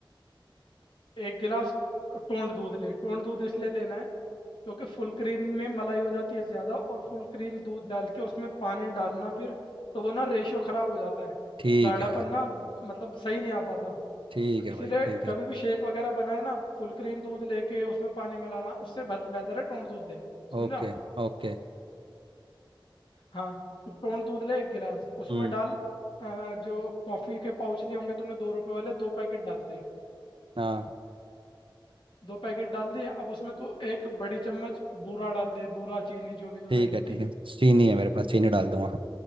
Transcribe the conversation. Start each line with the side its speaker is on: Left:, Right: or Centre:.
Left: एक गिलास टोंड दूध ले टोंड दूध इसलिए लेना है क्योंकि फुल क्रीम में मलाई हो जाती है ज़्यादा और फुल क्रीम दूध डाल के उसमें पानी डालना फिर तो वो ना रेशियो ख़राब हो जाता है
Right: ठीक
Left: गाढ़ापन
Right: है
Left: ना मतलब सही नहीं आ पाता
Right: ठीक है
Left: इसीलिए
Right: भाई ठीक है
Left: कभी भी शेक वगैरह बनाए ना फुल क्रीम दूध लेके उसमें पानी मिलाना उससे बेह- बेहतर है टोंड दूध ले समझा
Right: Okay okay
Left: हाँ तो टोंड दूध ले एक गिलास उसमें
Right: हम्म
Left: डाल अ, जो कॉफ़ी के पाउच लिए होंगे तूने दो रुपए वाले दो पैकेट डाल दे
Right: हाँ
Left: दो पैकेट डाल दिए अब उसमें तू एक बड़ी चम्मच बूरा डाल दे बूरा चीनी जो भी
Right: ठीक
Left: तूने ली
Right: है ठीक
Left: थी
Right: है चीनी है मेरे पास चीनी डाल दूंगा